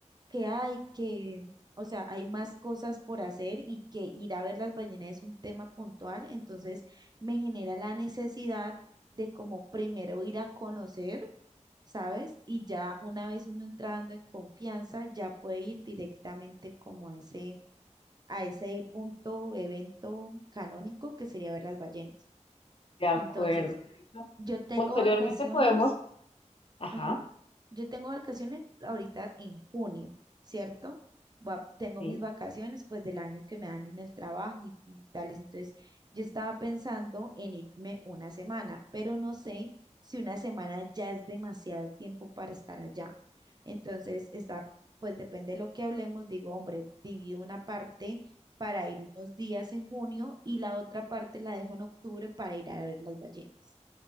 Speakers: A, on the right (about 35°); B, on the left (about 50°).
A: que hay que, o sea, hay más cosas por hacer y que ir a ver las ballenas es un tema puntual, entonces me genera la necesidad de como primero ir a conocer, ¿sabes? Y ya una vez uno entrando en confianza, ya puede ir directamente como a ese a ese punto, evento canónico que sería ver las ballenas.
B: De acuerdo.
A: Entonces,
B: De hecho,
A: yo tengo
B: posteriormente
A: vacaciones
B: podemos, ajá,
A: Ajá. Yo tengo vacaciones ahorita en junio, ¿cierto? Va- tengo
B: sí,
A: mis vacaciones pues del año que me dan en el trabajo y, y tales. Entonces, yo estaba pensando en irme una semana, pero no sé si una semana ya es demasiado tiempo para estar allá. Entonces, está, pues depende de lo que hablemos, digo, hombre, divido una parte para ir unos días en junio y la otra parte la dejo en octubre para ir a ver las ballenas.